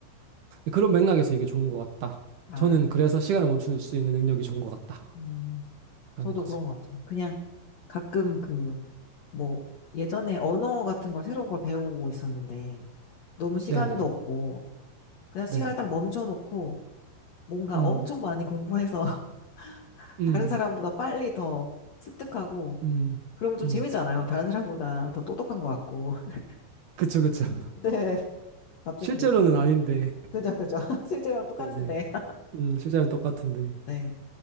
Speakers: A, on the right; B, on the left.
A: 그런 맥락에서 이게 좋은 것 같다.
B: 아,
A: 저는 그래서 시간을 멈출 수 있는 능력이 좋은 것 같다.
B: 음,
A: 라는
B: 저도
A: 거죠.
B: 그런 것 같아요. 그냥 가끔 그, 뭐, 예전에 언어 같은 걸 새로운 걸 배우고 있었는데, 너무 시간도
A: 네네.
B: 없고, 그냥 시간을
A: 네.
B: 딱 멈춰놓고, 뭔가
A: 음,
B: 엄청 많이 공부해서 <laughs>
A: 음,
B: 다른 사람보다 빨리 더 습득하고,
A: 음,
B: 그러면 좀
A: 음.
B: 재미잖아요. 다른 사람보다 더 똑똑한 것 같고. <laughs>
A: 그쵸, 그쵸. <laughs>
B: 네, 갑자기
A: 실제로는
B: 그게.
A: 아닌데.
B: 그죠, 그죠. <laughs> 실제로는 똑같은데.
A: 네네. 음, 실제로는 똑같은데.
B: <laughs> 네.